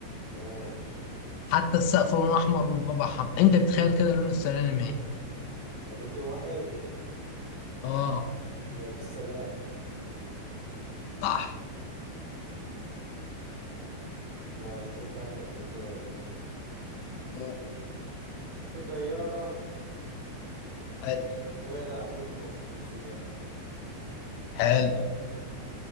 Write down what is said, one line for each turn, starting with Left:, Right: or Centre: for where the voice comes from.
Right: ماشي
Left: حتى السقف لونه احمر والبابا حم انت بتخيل كده لون السلالم ايه
Right: طب الدور واحد
Left: اه
Right: ما فيش سلالم
Left: صح
Right: ماشي خد بقى أنت الفزورة دي
Left: أوه.
Right: في طيارة
Left: حلو
Right: وقعت على حدود مصر والسودان
Left: حلو